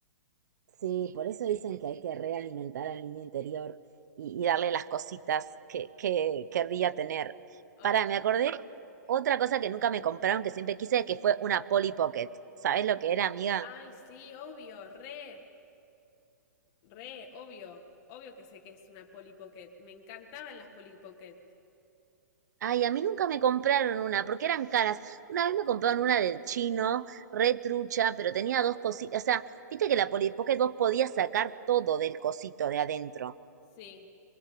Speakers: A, on the right; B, on the left.
A: Sí, por eso dicen que hay que realimentar al niño interior y, y darle las cositas que, que querría tener.
B: Ay,
A: Pará, me
B: sí.
A: acordé otra cosa que nunca me compraron, que siempre quise, que fue una Polly Pocket. ¿Sabés lo que era, amiga?
B: Ay, sí, obvio, re, re, obvio, obvio que sé que es una Polly Pocket, me encantaban las Polly Pocket.
A: Ay, a mí nunca me compraron una, porque eran caras. Una vez me compraron una del chino, re trucha, pero tenía dos cositas. O sea, viste que la Polly Pocket vos podías sacar todo del cosito de adentro.
B: Sí.